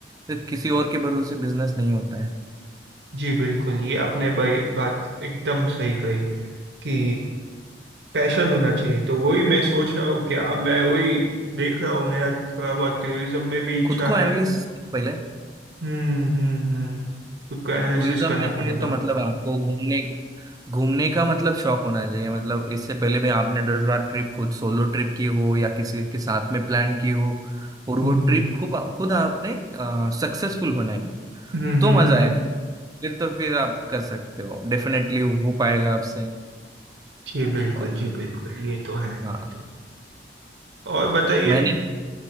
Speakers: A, on the right; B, on the right.
A: तो किसी और के भरोसे बिजनेस नहीं होता है
B: जी बिल्कुल ये आपने भाई बात एकदम सही कही कि पैशन होना चाहिए तो वही मैं सोच रहा हूँ क्या मैं वही देख रहा हूँ मेरा थोड़ा बहुत टूरिज्म में भी इच्छा
A: खुद को एनालिसिस
B: है
A: पहले
B: हम्म हम्म हम्म खुद को एनालिसिस
A: टूरिज्म
B: करना
A: में है
B: पड़ेगा
A: तो मतलब आपको घूमने घूमने का मतलब शौक होना चाहिए मतलब इससे पहले भी आपने दस बार ट्रिप खुद सोलो ट्रिप की हो या किसी के साथ में प्लान की हो और वो
B: हम्म
A: ट्रिप
B: हम्म
A: खूब खुद आपने सक्सेसफुल बनाई हो,
B: हम्म
A: तो
B: हम्म
A: मजा
B: हम्म।
A: आए फिर तो फिर आप कर सकते हो डेफिनेटली हो पाएगा आपसे
B: जी बिल्कुल
A: और
B: जी बिल्कुल ये तो है
A: हाँ
B: ये तो है। और बताइए
A: मैंने